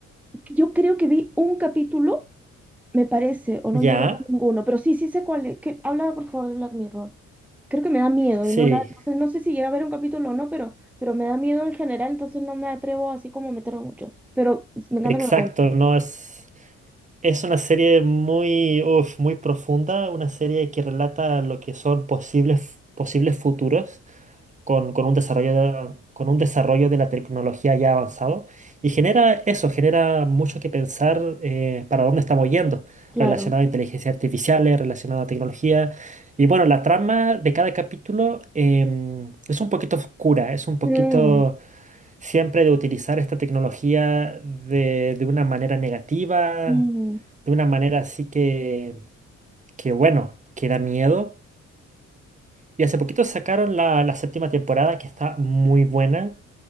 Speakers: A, in the centre; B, on the right.
A: yo creo que vi un capítulo, me parece, o no
B: Ya,
A: llegué a ver ninguno, pero sí, sí sé cuál es. Que, háblame por favor de Black Mirror. Creo que me da miedo
B: sí,
A: y no la, entonces no sé si llega a ver un capítulo o no, pero, pero me da miedo en general, entonces no me atrevo así como a meterme mucho. Pero me encanta
B: exacto,
A: que me lo cuenten.
B: no es, es una serie muy, uf, muy profunda, una serie que relata lo que son posibles, posibles futuros. con, con un desarrollo de, con un desarrollo de la tecnología ya avanzado y genera eso, genera mucho que pensar eh, para dónde estamos yendo,
A: Claro.
B: relacionado a inteligencia artificial, relacionado a tecnología. Y bueno, la trama de cada capítulo em, es un poquito oscura, es un poquito
A: Mm,
B: siempre de utilizar esta tecnología de, de una manera negativa,
A: mm,
B: de una manera así que, que bueno, que da miedo. Y hace poquito sacaron la, la séptima temporada que está muy buena.